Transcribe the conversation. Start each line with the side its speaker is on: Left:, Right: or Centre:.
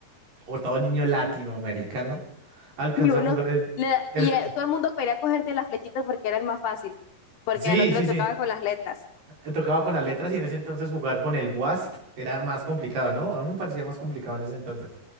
Right: o todo niño latinoamericano alcanzó
Left: Y uno,
Right: a jugar el,
Left: le da-
Right: el...
Left: y eh, todo el mundo quería cogerte la flechita porque era el más fácil, porque
Right: Sí,
Left: al otro
Right: sí,
Left: le tocaba
Right: sí.
Left: con las letras.
Right: eh, Tocaba con las letras y en ese entonces jugar con el WASD era más complicado, ¿no? A mí me parecía más complicado en ese entonces.